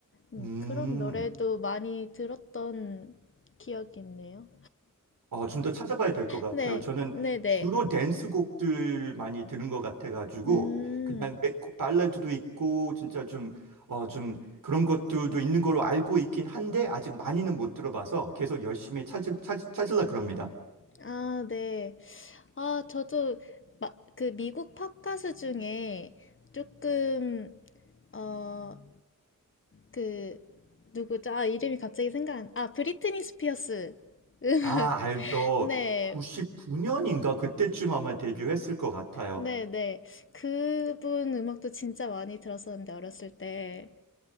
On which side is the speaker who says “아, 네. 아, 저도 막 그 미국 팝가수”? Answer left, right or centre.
Left